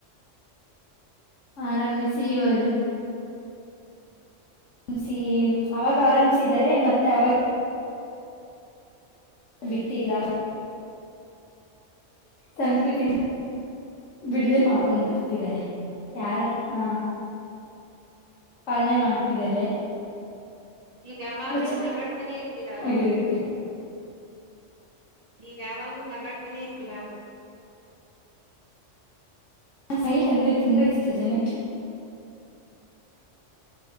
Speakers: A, on the left (about 80°); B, on the right (about 35°).
A: ಆರಂಭಿಸಿ ಸವಲ್ ಎಸ ಅವಾಗ ಆರಂಭಿಸಿದರೆ ಮತ್ತೆ ಅವ ಬಿಟ್ಟಿಲ್ಲ ಸಂಸ್ಕೃತಿ
B: ಹ್ಮ
A: ಬಿಡದೆ ಮಾಡಕೊಂಡ್ ಬರ್ತಿದ್ದಾರೆ ಯಾರ ಹ ಪಾಲನೆ ಮಾಡ್ತಿದ್ದಾರೆ
B: ನೀವ ಯಾವಾಗ್ಲೂ
A: ತುಂಬಾ
B: ನಗಾಡ್ತಾನೇ ಇರ್ತೀರ
A: ಚೆನ್ನಾಗಿರುತ್ತೆ
B: ಅಲ್ಲ ನೀವ್ ಯಾವಾಗಲೂ ನೆಗಾಡ್ತಾನೆ ಇರ್ತೀರಾ
A: ನಾ ಸೈಟ್ ತುಂಬಾ ಇಷ್ಟ ಜನ